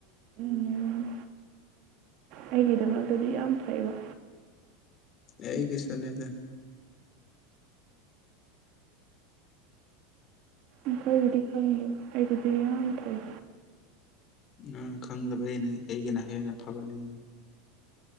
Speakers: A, on the right; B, on the left.
A: ꯎꯝ ꯑꯩꯒꯤꯗꯃꯛꯇꯗꯤ ꯌꯥꯝ ꯐꯩꯌꯦꯕ
B: ꯑꯦ ꯑꯩꯒꯤꯁꯨꯅꯦꯗ
A: ꯏꯈꯪꯗꯤ ꯈꯪꯗꯦ ꯑꯩꯒꯤꯗꯤ ꯌꯥꯝ ꯐꯩ
B: ꯅ ꯈꯪꯗꯕꯩꯅꯦ ꯑꯩꯒꯤꯅ ꯍꯦꯟꯅ ꯐꯕꯅꯦ